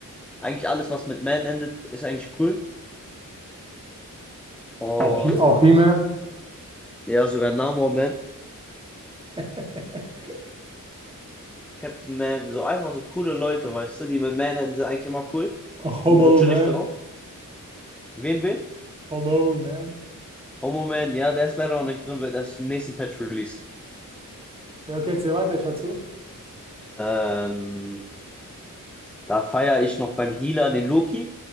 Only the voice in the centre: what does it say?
Eigentlich alles, was mit Man endet, ist eigentlich cool. Und
ja, sogar Namor Man,
Captain Man, so einfach so coole Leute, weißt du, die mit Man enden, sind eigentlich immer cool.
Die sind so chillig drauf. Wen, wen?
Oh, Moment, ja, der ist leider noch nicht drin, wird erst im nächsten Patch released.
Ähm, da feiere ich noch beim Healer den Loki,